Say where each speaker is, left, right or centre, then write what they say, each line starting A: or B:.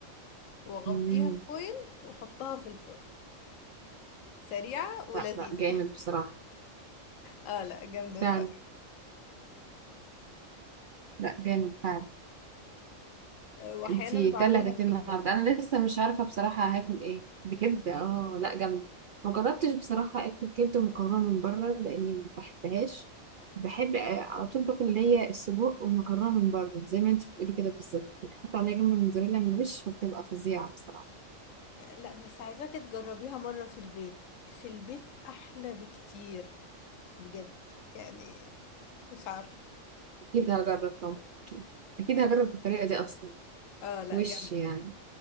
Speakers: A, on the left; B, on the right.
A: واغطيها
B: مم.
A: بفويل واحطها في الفرن سريعة ولذيذة
B: لا لا جامد بصراحة
A: اه لا جامدة
B: فعلا
A: الصراحة
B: لا جامد فعلا
A: آه، واحيانا
B: انتي
A: بعملها
B: ده اللي هتاكليه
A: بكبدة
B: النهارده انا لسه مش عارفه بصراحه هاكل ايه بكبده
A: مم.
B: اه لا جامد ما جربتش بصراحه اكل كبده ومكرونه من بره لاني ما بحبهاش بحب آه، على طول باكل اللي هي السجق والمكرونه من بره زي ما انتي بتقولي كده بالظبط بتحط عليها جبنه موتزاريلا من الوش فبتبقى فظيعه بصراحه
A: آه، لا بس عايزاكي تجربيها مرة في البيت في البيت احلى بكتير بجد يعني مش عارفة
B: اكيد هجرب طبعا اكيد اكيد هجرب الطريقه دي اصلا
A: اه لا
B: وش
A: جامد
B: يعني